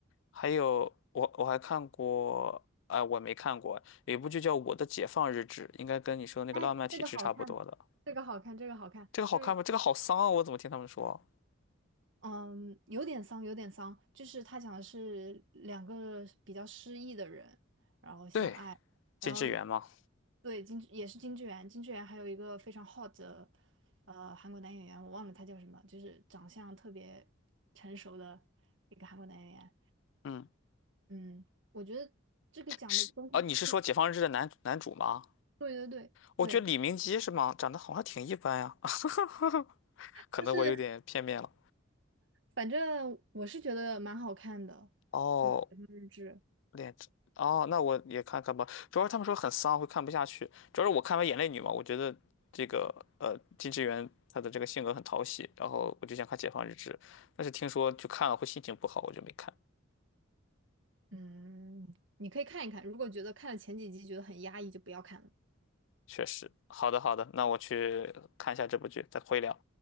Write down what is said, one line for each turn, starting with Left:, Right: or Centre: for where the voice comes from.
Left: 还有我我还看过，哎，我没看过，有一部剧叫《我的解放日志》，应该跟你说的那个《浪漫体质》差不多的。
Right: 哎，这个好看，这个好看，这个好看，
Left: 这个好看吗？
Right: 这
Left: 这个好丧啊！我怎么听他们说？
Right: 嗯，有点丧，有点丧，就是他讲的是两个比较失意的人，然后相爱，
Left: 对，金智媛吗？
Right: 然后对金也是金智媛，金智媛还有一个非常 hot 的呃韩国男演员，我忘了他叫什么，就是长相特别成熟的一个韩国男演员，
Left: 嗯，
Right: 嗯，我觉得这个讲的东西，
Left: 是啊，你是说《解放日志》的男男主吗？
Right: 对对对对，
Left: 我觉得李明基是吗？长得好像挺一般呀，<laughs> 可能我有点片面了。
Right: 就是。反正我是觉得蛮好看的
Left: 哦，
Right: 日志，
Left: 脸长，哦，那我也看看吧。主要是他们说很丧，会看不下去。主要是我看完《眼泪女》嘛，我觉得这个呃金智媛她的这个性格很讨喜，然后我就想看《解放日志》，但是听说就看了会心情不好，我就没看。
Right: 嗯，你可以看一看。如果觉得看了前几集觉得很压抑，就不要看了。
Left: 确实，好的好的，那我去看一下这部剧，再会聊。